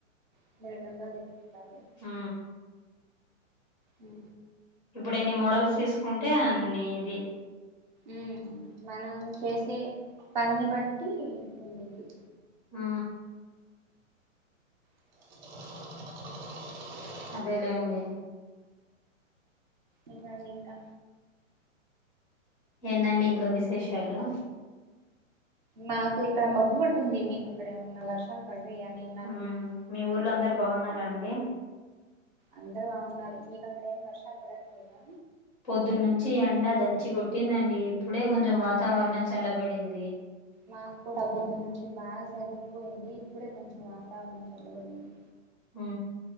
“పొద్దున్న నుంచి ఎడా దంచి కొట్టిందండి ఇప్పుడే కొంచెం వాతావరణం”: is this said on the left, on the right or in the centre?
Left